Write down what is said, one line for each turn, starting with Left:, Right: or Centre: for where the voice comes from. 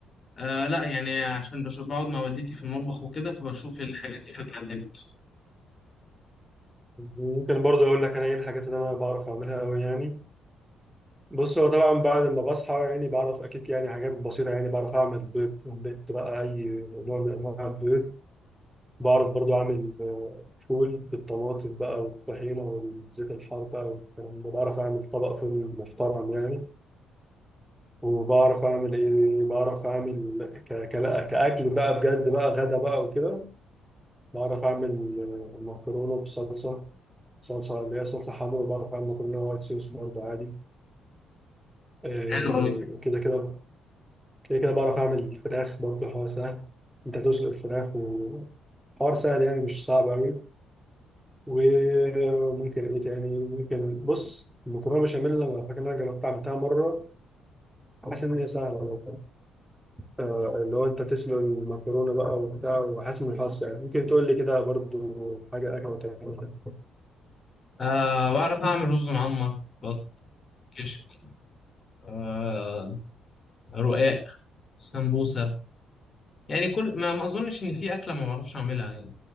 Left: آه لا يعني عشان بشوف بقعد مع والدتي في المطبخ وكده فبشوف الحاجات دي فتعلمت
Centre: ممكن برضه اقول لك انا ايه الحاجات اللي انا بعرف اعملها قوي يعني بص هو طبعا بعد ما بصحى يعني بعرف اكيد يعني حاجات بسيطه يعني بعرف اعمل بيض اومليت بقى اي نوع من انواع البيض بعرف برضو أعمل آه، فول بالطماطم بقى والطحينة والزيت الحار بقى والكلام ده بعرف أعمل طبق فول محترم يعني وبعرف أعمل إيه بعرف أعمل ك... كلا- كأكل بقى بجد بقى غدا بقى وكده بعرف أعمل آه، مكرونة بصلصة صلصة اللي هي صلصة حمرا بعرف أعمل مكرونة وايت صوص برضو عادي آه،
Left: حلو أوي
Centre: كده كده كده كده بعرف أعمل فراخ برضو حوار سهل أنت تسلق الفراخ وحوار سهل يعني مش صعب أوي وممكن ايه تاني ممكن بص المكرونه بشاميل انا فاكر ان انا جربتها عملتها مره حاسس ان هي سهله برضه. آه، اللي هو انت تسلق المكرونه بقى وبتاع وحاسس ان الحرص يعني ممكن تقول لي كده برضو حاجه اكله تعملها
Left: آه بعرف أعمل رز معمر بط- كشك آه رقاق سمبوسة يعني كل ما, ما اظنش ان في اكله ما بعرفش اعملها يعني